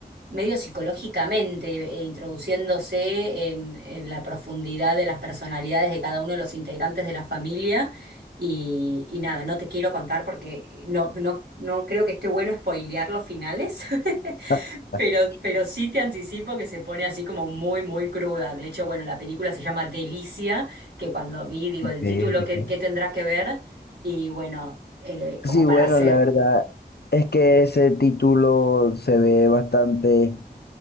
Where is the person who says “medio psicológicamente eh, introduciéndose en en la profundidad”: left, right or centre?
Right